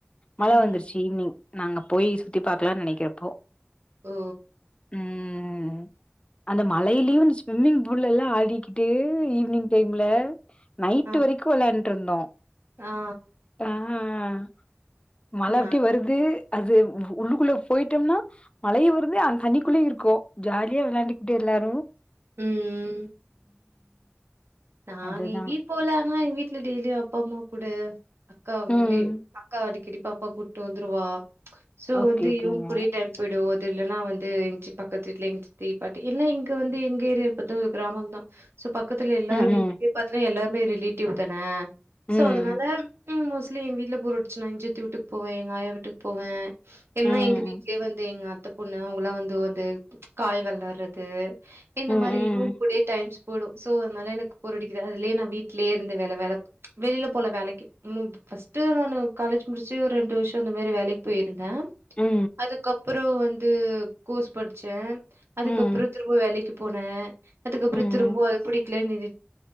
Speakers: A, on the right (about 75°); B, on the left (about 25°).
A: ம்.
B: மழ வந்துருச்சு ஈவினிங் நாங்க போய் சுத்தி பாக்கலானு நெனைக்கிறப்போ
A: ஓ!
B: ம் அந்த மலையிலயு ஸ்விம்மிங் பூல்லெல்லா ஆடிக்கிட்டு ஈவி்னிங் டைம்ல நைட்டு
A: ஆ
B: வெரைக்கு விளையாண்ட்டு இருந்தோ
A: ஆ.
B: ம் ம் ம் மல
A: நா
B: அப்டே வரு து அது உள்ளுக்குள்ள போயிட்டோம்னா மலையு வருது அந் தண்ணிக்குளையு இருக்கோ ஜாலியா விளாண்டுக்கிட்டு எல்லாரு
A: ம். நாங்க
B: அதுதா
A: எங்கியு போல ஆனா எங்க வீட்ல டெய்லியு அப்பா அம்மா கூட அக்கா அவங்ளே
B: ம்
A: அக்கா அடிக்கடிப் பாப்பாவ கூட்டு வந்துருவா சோ
B: ஓகே
A: வந்து
B: ஓகேங்க
A: இவ்ங் கூடயே டைம் போய்டு அது இல்ன்னா வந்து எங்ச்சி பக்கத்து வீட்ல எங்சித்தி பாட்டி எல்லா இங்க வந்து எங்க ஏரியால பாத்தா ஒரு கிராமம் தா சோ பக்கத்துல எல்
B: ம்
A: வீட்க்கே
B: ம்
A: பாத்தன்னா எல்லாருமே ரிலேட்டிவ் தான
B: ம்
A: சோ அதனால ம் மோஷ் லி எங் வீட்ல போறடுச்சுனா எங் சித்தி வீட்டுக்கு போவே எங்க ஆயா வீட்டுக்கு போவே இல்லனா
B: ம்
A: எங்க வீட்டுலயே வந்து எங் அக் அத்த பொண்ணு அவுங்கல்லா வந்து வந்து காய் வெளாறது இந்த
B: ம்
A: மாரியும் இவ்ங் கூடையே டைம் போய்டும் சோ அதனால எனக்கு போர்டிக்காது அதுலயே நா வீட்லேயே இருந்துவேலவேல வெளியில போல வேலைக்கு ம் பர்ஸ்ட் நானு காலேஜ் முடிச்சு ஒரு ரெண்டு வருஷம் அந்த மாரி வேலைக் போயிருந்தே
B: ம்
A: அதுக்கப்புறம் வந்து கோர்ஸ் படிச்சேன் அதுக்கப்புறம்
B: ம்
A: திரும்ப வேலைக்கு போனே அதுக்கப்புறம்
B: ம் ம்
A: திரும்பவும் அதைபிடிக்கல நின்